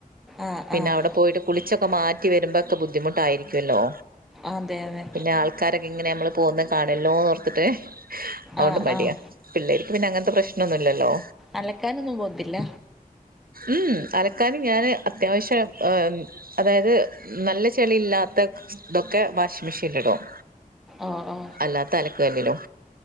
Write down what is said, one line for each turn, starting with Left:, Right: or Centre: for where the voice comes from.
Centre: ആഹ്
Right: പിന്ന
Centre: ആഹ്
Right: അവ്ട പോയിട്ട് കുളിച്ചൊക്കെ മാറ്റി വരുമ്പക്കെ ബുദ്ധിമുട്ടായിരിക്കല്ലോ
Centre: അതെ അതെ
Right: പിന്നെ ആൾക്കാരൊക്കെ ഇങ്ങനെ നമ്മള് പോവുന്നെ കാണല്ലോ ന്നോർത്ത്ട്ട് അതൊണ്ട്
Centre: ആഹ്
Right: മടിയാ
Centre: ആഹ്
Right: പിള്ളേര്ക്ക് പിന്നെ അങ്ങൻത്തെ പ്രശ്നൊന്നുല്ലല്ലോ
Centre: അലക്കാനൊന്നും പോത്തില്ല
Right: ഉം അലക്കാനും ഞാന് അത്യാവശ്യം ആ അതായത് നല്ല ചെളി ഇല്ലാത്ത ഇതൊക്കെ വാഷിംഗ് മെഷീനിൽ ഇടും
Centre: ഓ ഓ
Right: അല്ലാത്ത അലക്ക് കല്ലിലും